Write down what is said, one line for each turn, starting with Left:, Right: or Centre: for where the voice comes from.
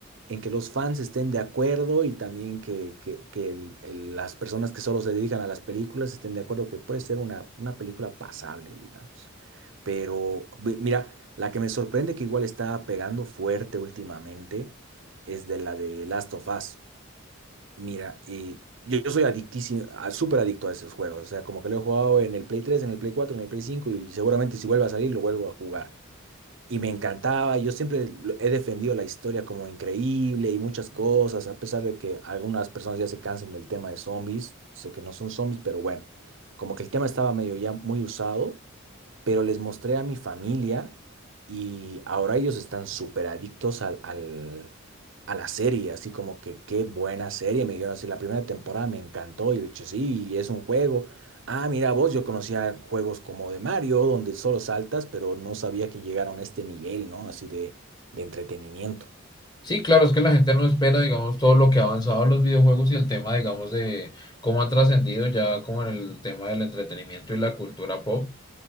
Right: en que los fans estén de acuerdo y también que, que- que el- el- las personas que solo se dedican a las películas estén de acuerdo que puede ser una, una película pasable, digamos. Pero mi- mira, la que me sorprende que igual está pegando fuerte últimamente es de la de Last of Us. Mira, y yo yo soy adictísimo, a- súper adicto a esos juegos. O sea, como que lo he jugado en el Play 3, en el Play 4, en el Play 5 y seguramente si vuelve a salir lo vuelvo a jugar y me encantaba. Yo siempre lo- he defendido la historia como increíble y muchas cosas, a pesar de que algunas personas ya se cansan del tema de zombies. Sé que no son zombies, pero bueno, como que el tema estaba medio ya muy usado, pero les mostré a mi familia y ahora ellos están súper adictos al, al- a la serie, así como que qué buena serie, me dijeron así, la primera temporada me encantó y yo le dije, sí, es un juego. Ah, mira vos, yo conocía juegos como de Mario, donde solo saltas, pero no sabía que llegaron a este nivel, ¿no? Así de, de entretenimiento.
Left: Sí, claro, es que la gente no espera, digamos, todo lo que ha avanzado los videojuegos y el tema, digamos, de cómo han trascendido ya como en el tema del entretenimiento y la cultura pop.